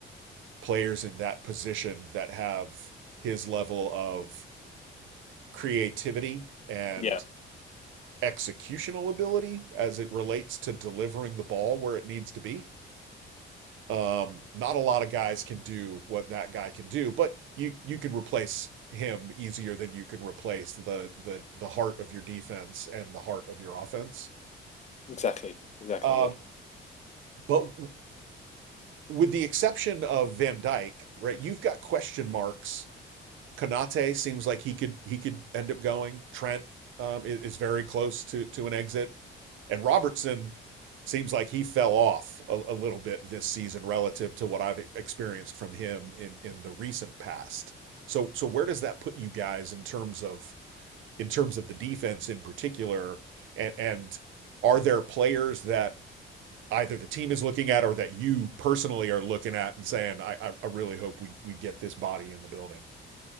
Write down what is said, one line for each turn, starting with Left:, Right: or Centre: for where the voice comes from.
Right: players in that position that have his level of creativity and
Left: Yeah,
Right: executional ability as it relates to delivering the ball where it needs to be. Um, not a lot of guys can do what that guy can do, but you you can replace him easier than you can replace the the the heart of your defense and the heart of your offense.
Left: exactly, exactly.
Right: Um,
Left: Yeah.
Right: but with the exception of Van Dyke, right? You've got question marks. Kanate seems like he could he could end up going. Trent um, is very close to to an exit. And Robertson seems like he fell off a, a little bit this season relative to what I've experienced from him in in the recent past. So so where does that put you guys in terms of in terms of the defense in particular and and are there players that either the team is looking at or that you personally are looking at and saying I I really hope we we get this body in the building.